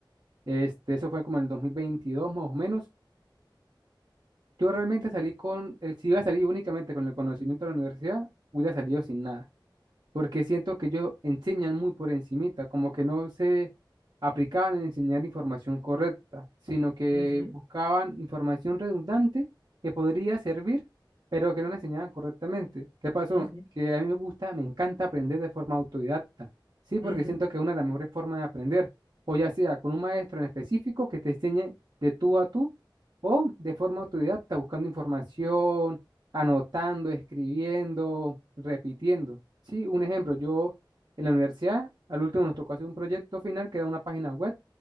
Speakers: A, on the right (about 55°); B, on the right (about 75°).
A: este, eso fue como en el 2022 más o menos, yo realmente salí con, el, si iba a salir únicamente con el conocimiento de la universidad, hubiera salido sin nada porque siento que ellos enseñan muy por encimita, como que no se aplicaban en enseñar información correcta, sino que
B: ujú,
A: buscaban información redundante que podría servir, pero que no la enseñaban correctamente. ¿Qué pasó?
B: ujú,
A: Que a mí me gusta, me encanta aprender de forma autodidacta, sí,
B: ujú,
A: porque siento que es una de las mejores formas de aprender, o ya sea con un maestro en específico que te enseñe de tú a tú, o de forma autodidacta, buscando información, anotando, escribiendo, repitiendo. Sí, un ejemplo, yo en la universidad, al último nos tocó hacer un proyecto final que era una página web